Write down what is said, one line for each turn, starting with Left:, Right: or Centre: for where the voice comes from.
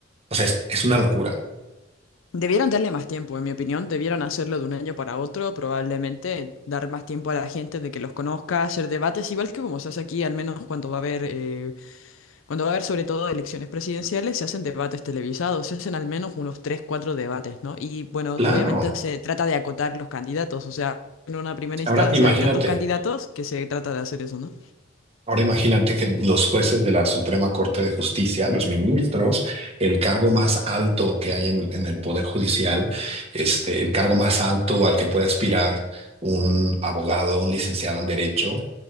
Right: O sea, es, es una locura.
Left: Debieron darle más tiempo, en mi opinión, debieron hacerlo de un año para otro, probablemente dar más tiempo a la gente de que los conozca, hacer debates, igual que como se hace aquí, al menos cuando va a haber eh, Cuando va a haber sobre todo elecciones presidenciales, se hacen debates televisados, se hacen al menos unos 3, 4 debates, ¿no? Y bueno,
Right: Claro.
Left: obviamente se trata de acotar los candidatos, o sea, en una primera instancia
Right: Ahora, imagínate.
Left: hay tantos candidatos que se trata de hacer eso, ¿no?
Right: Ahora imagínate que los jueces de la Suprema Corte de Justicia, los ministros, el cargo más alto que hay en, en el Poder Judicial, este, el cargo más alto al que puede aspirar un abogado, un licenciado en Derecho,